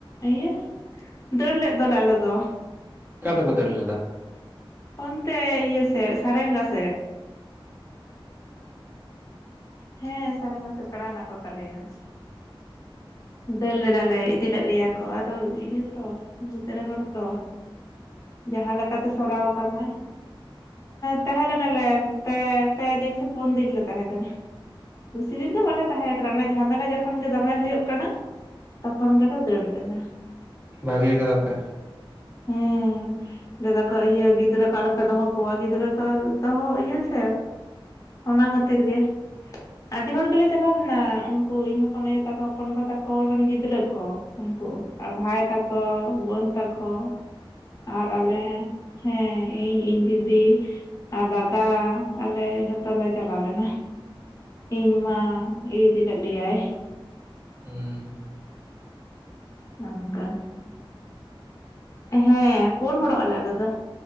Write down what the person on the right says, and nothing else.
ᱚᱠᱟ ᱛᱮᱯᱮ ᱫᱟᱹᱲ ᱞᱮᱫᱟ?
ᱵᱷᱟᱜᱮ ᱟᱠᱟᱫᱟ ᱯᱮ᱾
ᱦᱩᱸ